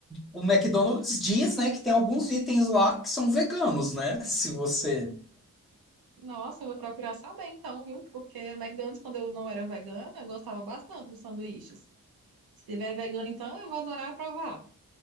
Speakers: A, in the centre; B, on the right.
A: o McDonald's diz, né, que tem alguns itens lá que são veganos, né? Se você.
B: Nossa, eu vou procurar saber então, viu? Porque o McDonald's, quando eu não era vegana, eu gostava bastante dos sanduíches. Se tiver vegano, então, eu vou adorar provar.